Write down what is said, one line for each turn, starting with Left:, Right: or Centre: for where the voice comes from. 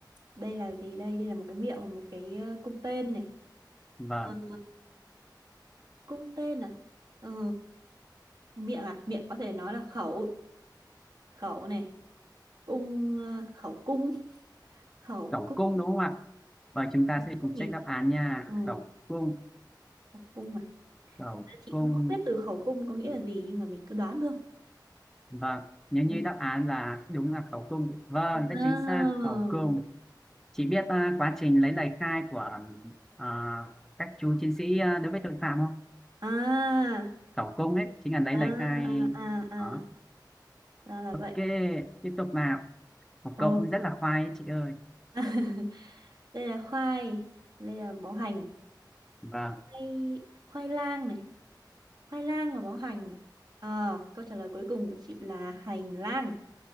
Right: đây là gì đây đây là một cái miệng một cái ờ, cung tên này
Centre: Vâng.
Right: Ờ, cung tên à Ờ, miệng à miệng có thể nói là khẩu khẩu này cung ờ, khẩu cung khẩu
Centre: Cẩu
Right: cung
Centre: cung đúng không ạ? Và chúng ta
Right: đúng
Centre: sẽ
Right: không
Centre: cùng
Right: nhỉ
Centre: check đáp án nha.
Right: ừ,
Centre: Cẩu cung,
Right: khẩu cung à
Centre: cẩu
Right: thực ra chị
Centre: cung.
Right: cũng không biết từ khẩu cung có nghĩa là gì nhưng mà mình cứ đoán được
Centre: Vâng, nếu như
Right: ừ.
Centre: đáp án là đúng là cẩu cung. Vâng,
Right: Wow.
Centre: rất chính xác, cẩu cung. Chị biết à, quá trình lấy lời khai của à, các chú chiến sĩ à, đối với tội phạm không?
Right: À,
Centre: Cẩu cung ấy, chính là lấy
Right: à,
Centre: lời
Right: à,
Centre: khai.
Right: à,
Centre: Đó.
Right: à, ra là
Centre: Ok,
Right: vậy.
Centre: tiếp tục nào. Một
Right: Ồ.
Centre: cậu cũng rất là khoai ấy, chị ơi.
Right: <laughs> Đây là khoai, đây là bó hành.
Centre: Vâng,
Right: Khoai, khoai lang này, khoai lang và bó hành này. Ờ, câu trả lời cuối cùng của chị là hành lang.